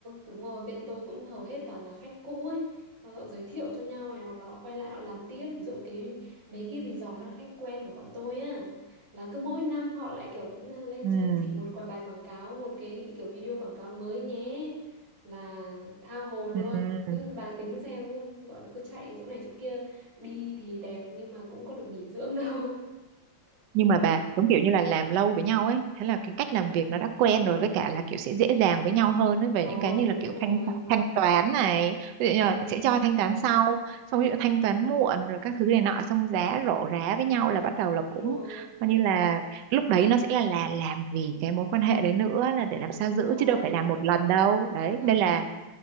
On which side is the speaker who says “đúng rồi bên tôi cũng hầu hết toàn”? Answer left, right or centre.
Right